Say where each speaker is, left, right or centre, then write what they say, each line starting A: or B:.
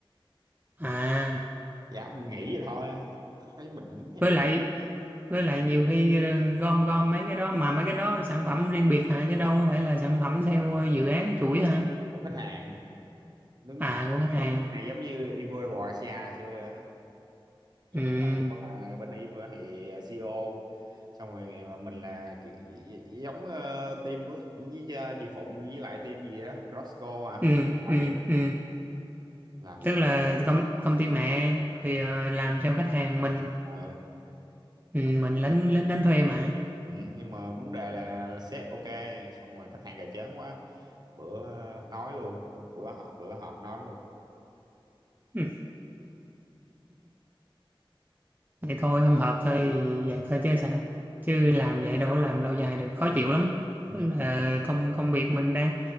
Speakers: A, on the right; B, on the right.
A: à
B: dám mình nghĩ vậy thôi Tao thấy mình không thấy
A: với lại với lại nhiều khi ờ, gom gom mấy cái đó mà mấy cái đó sản phẩm riêng biệt hả chứ đâu có phải là sản phẩm theo ờ, dự án chuỗi hả
B: của khách hàng đúng
A: à của khách hàng
B: công ty này giống như Ivor Bò Asia hồi xưa á giống
A: ừ
B: như ông tôi mà bên y thì CEO xong rồi mà mình là ki- gi- giống ờ, team của Thịnh với ờ, chị Phụng với lại team gì đó Roscoe à
A: ừ
B: nói
A: ừ
B: vậy
A: ừ
B: làm gì
A: tức
B: đó
A: là công, công ty mẹ rồi ờ, làm cho khách hàng mình
B: Ờ, ừ.
A: ừ,
B: Mình,
A: mình lính lính đánh thuê mà
B: ừ. nhưng mà vấn đề là sếp ok xong rồi khách hàng gà chớn quá bữa nói luôn bữa họp bữa họp nói luôn
A: <laughs> vậy thôi không hợp thôi thì dạt thôi chứ sao chứ
B: ừ.
A: làm vậy đâu có làm lâu dài được khó chịu lắm
B: Ừ.
A: tức là công công việc mình đang